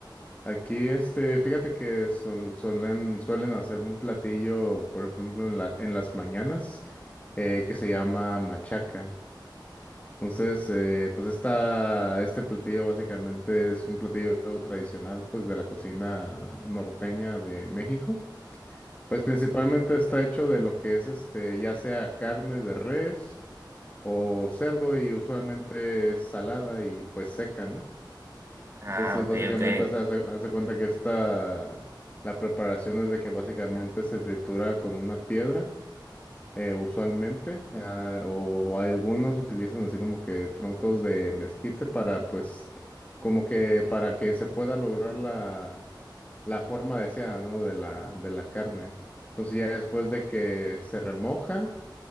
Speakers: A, on the left (about 20°); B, on the right (about 35°).
A: Aquí, este, fíjate que sol- suelen, suelen hacer un platillo, por ejemplo, en la- en las mañanas, eh, que se llama machaca. Entonces, eh, pues esta, este platillo básicamente es un platillo tradicional, pues, de la cocina norteña de México. Pues principalmente está hecho de lo que es, este, ya sea carne de res o cerdo y usualmente es salada y pues seca, ¿no?
B: Ah,
A: Entonces,
B: ok,
A: básicamente,
B: ok.
A: haz, haz de haz de cuenta que esta, la preparación es de que básicamente se tritura con una piedra, eh, usualmente, ah, o, algunos utilizan así como que troncos de mezquite para, pues, como que para que se pueda lograr la, la forma deseada, ¿no? De la, de la carne. Entonces, ya después de que se remoja,